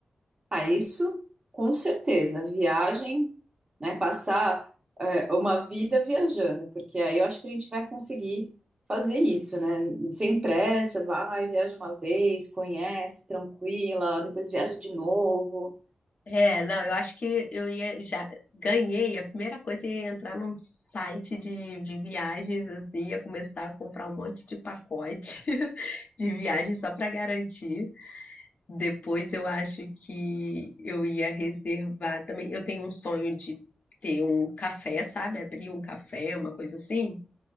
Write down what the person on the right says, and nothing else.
Ah, isso com certeza. Viagem, né? Passar é, uma vida viajando, porque aí eu acho que a gente vai conseguir fazer isso, né? Sem pressa, vai, viaja uma vez, conhece, tranquila, depois viaja de novo.